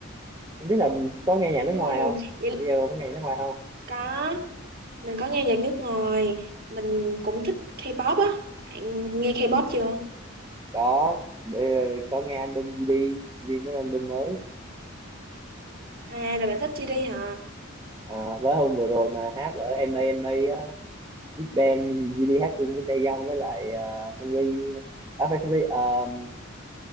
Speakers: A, on the right (about 20°); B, on the right (about 50°).
A: không biết là mình có nghe
B: ừ
A: nhạc nước ngoài không
B: vậy
A: bữa giờ có nghe nhạc nước ngoài không
B: có Mình có nghe nhạc nước ngoài, mình cũng thích K-pop á. Bạn nghe K-pop chưa?
A: có bữa giờ có nghe album GD GD mới ra album mới
B: À là bạn thích GD hả?
A: à, với hôm vừa rồi mà hát ở MA MA á Big Bang GD hát chung với Taeyong với lại uh, Sunri à phải Sunri um,